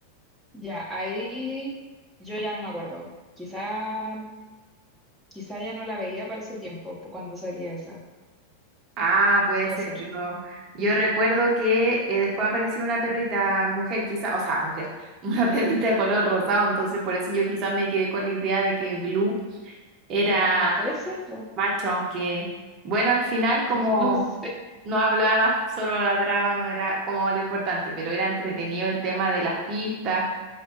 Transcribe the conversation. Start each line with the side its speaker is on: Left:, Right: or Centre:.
Centre: Ya, ahí yo ya no me acuerdo. Quizá, quizá ya no la veía para ese tiempo, po, cuando salía esa.
Right: Ah, puede
Centre: Puede
Right: ser,
Centre: ser.
Right: pero yo recuerdo que eh, después apareció una perrita mujer, quizá, o sea, mujer, <laughs> una perrita de color rosado, entonces por eso yo quizás me quedé con la idea de que Blue era
Centre: Ah, puede ser, pues.
Right: macho, aunque, bueno, al final
Centre: <laughs>
Right: como
Centre: No sé.
Right: no hablaba, solo ladraba, no era como lo importante, pero era entretenido el tema de las pistas,